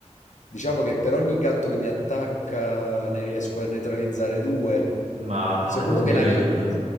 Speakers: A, on the left (about 80°); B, on the right (about 65°).
A: diciamo che per ogni gatto che mi attacca ne riesco a neutralizzare due.
B: Ma
A: Secondo
B: non
A: me
B: credo.
A: la vinco.